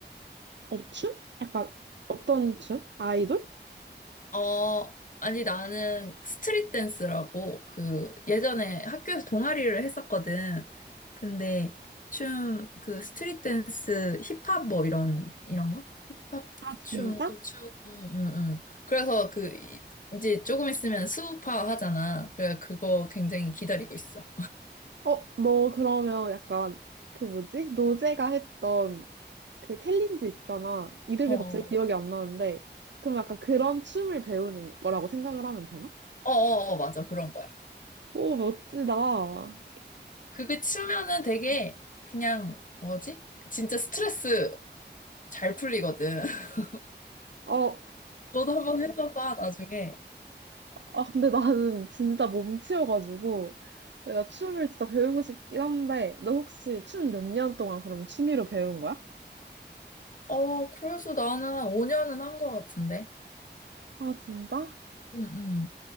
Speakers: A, on the right; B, on the left.
A: 어, 춤? 약간 어떤 춤? 아이돌?
B: 어, 아니, 나는 스트릿 댄스라고, 그, 예전에 학교에서 동아리를 했었거든. 근데, 춤, 그, 스트릿 댄스, 힙합 뭐, 이런, 이런 거? 힙합
A: 아, 진짜?
B: 춤도 추고, 응, 응. 그래서 그, 이- 이제 조금 있으면 수우파 하잖아. 그래, 그거 굉장히 기다리고 있어.
A: 어, 너 그러면 약간 그 뭐지? 노제가 했던 그 챌린지 있잖아. 이름이
B: 어.
A: 갑자기 기억이 안 나는데. 그럼 약간 그런 춤을 배우는 거라고 생각을 하면 되나?
B: 어어어, 맞아. 그런 거야.
A: 오, 멋지다. 어,
B: 그게 치면은 되게 그냥 뭐지? 진짜 스트레스 잘 풀리거든. <laughs>
A: 아,
B: 너도 한번 음. 해봐봐, 나중에.
A: 아, 근데 나는 진짜 몸치여가지고 내가 춤을 진짜 배우고 싶긴 한데, 너 혹시 춤 몇 년 동안 그럼 취미로 배운 거야?
B: 어, 그래서 나는 5년은 한 거 같은데.
A: 아, 진짜?
B: 응, 응.